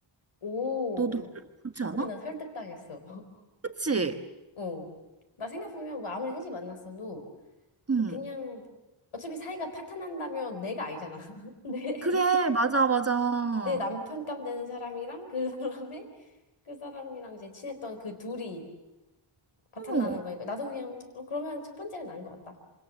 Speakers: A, on the left; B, on the right.
A: 오.
B: 너도 그렇지 않아?
A: 오, 나 설득당했어. <laughs>
B: 그치?
A: 어. 나 생각해보면 뭐 아무리 셋이 만났어도
B: 응.
A: 그냥 어차피 사이가 파탄난다면 내가 알잖아. <laughs> 내,
B: 그래 맞아 맞아. 어.
A: 내 남편 감 되는 사람이랑 그 사람의 그 사람이랑 이제 친했던 그 둘이 파탄나는
B: 어.
A: 거니까 나도 그냥 어, 그러면 첫 번째가 나은 것 같다.